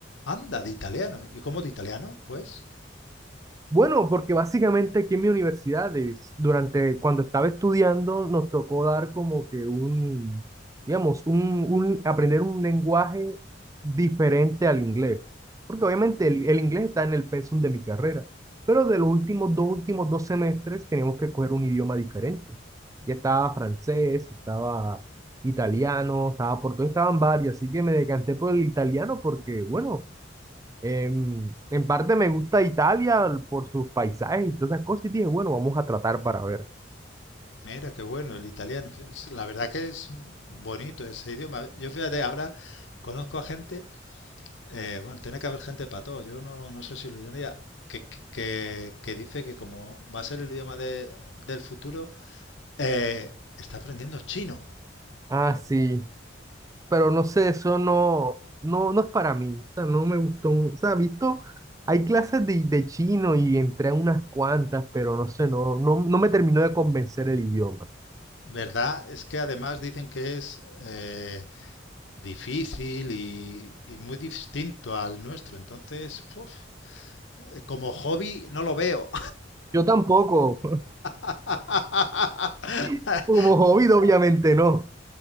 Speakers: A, on the left; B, on the right.
A: Anda, de italiano. ¿Y cómo de italiano? Pues,
B: Bueno, porque básicamente aquí en mi universidad, Davis, durante cuando estaba estudiando, nos tocó dar como que un, digamos, un, un aprender un lenguaje diferente al inglés. Porque obviamente el, el inglés está en el pensum de mi carrera, pero de los últimos dos últimos dos semestres teníamos que coger un idioma diferente. Ya estaba francés, estaba italiano, estaba portugués, estaban varios, así que me decanté por el italiano porque, bueno, Em, en parte me gusta Italia por sus paisajes y todas esas cosas y dije, bueno, vamos a tratar para ver.
A: mira, qué bueno el italiano. Es- La verdad que es bonito ese idioma. Yo fíjate, ahora conozco a gente, eh, bueno, tiene que haber gente para todo. Yo no, no sé si lo ironía, que, que, que dice que como va a ser el idioma de- del futuro, eh, está aprendiendo chino.
B: Ah, sí, pero no sé, eso no, no, no es para mí, o sea, no me gustó mucho, o sea, visto, hay clases de, de chino y entré a unas cuantas, pero no sé, no, no, no me terminó de convencer el idioma.
A: ¿Verdad? Es que además dicen que es eh, difícil y, y muy distinto al nuestro. Entonces, uf, eh, como hobby no lo veo.
B: Yo tampoco,
A: <laughs>
B: <laughs> como hobby obviamente no.